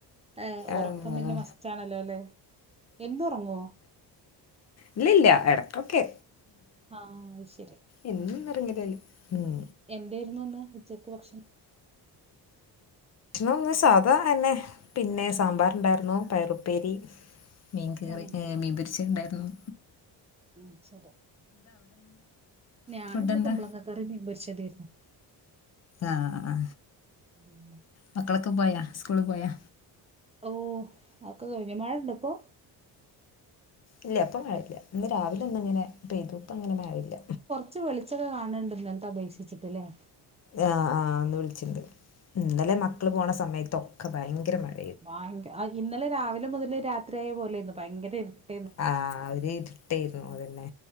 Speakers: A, on the right; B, on the left.
A: ഏഹ് ഉറക്കം
B: ആഹ്
A: പിന്നെ മസ്റ്റ്ണല്ലോ അല്ലെ എന്നും ഒറങ്ങോ?
B: ഇല്ലല്ല എടക്കൊക്കെ.
A: ആഹ് അത് ശരി
B: എന്നൊന്നും ഉറങ്ങലില്ല ഉം
A: എന്തായിരുന്നു ഇന്ന് ഉച്ചക്ക് ഭക്ഷണം.
B: ഭക്ഷണന്ന് സാധാ എന്നെ പിന്നെ സാമ്പാറ്ണ്ടായിരുന്നു
A: അതെ
B: പയറുപ്പേരി. മീൻ കറി
A: ആഹ്
B: മീ പൊരിച്ചിതുണ്ടായിരുന്നു.
A: ഉം ശരി ഞാനിന്ന്
B: ഫുഡ് എന്താ
A: കുമ്പളകക്കറി മീൻ പൊരിച്ചതരുന്നു.
B: ആഹ്
A: ഉം
B: മക്കളൊക്കെ പോയാ സ്കൂളി പോയാ.
A: ഓഹ് അഹൊക്കെ കഴിഞ് മഴ ഉണ്ടപ്പോ.
B: ഇല്ല ഇപ്പ മഴയില്ല ഇന്ന് രാവിലെ ഒന്നു ഇങ്ങനെ പെയ്തു ഇപ്പ അങ്ങനെ മഴയില്ല.
A: റച്ച് വെളിച്ചൊക്കെ കാണുന്നുണ്ട്ന്നലത്തെ അപേക്ഷിച്ചിട്ടില്ലേ.
B: ആഹ് ആഹ് ഇന്ന് വിളിച്ചിണ്ട്‌ ഇന്നലെ മക്കള് പോണ സമയത്തൊക്കെ ഭയങ്കര മഴ
A: ഭയങ്കര ഇന്നലെ രാവിലെ മുതല് രാത്രിയായ പോലെന്ന് ഭയങ്കര ഇരുട്ട്
B: ആഹ് ഒരു ഇരുട്ടയിരുന്നു അതന്നെ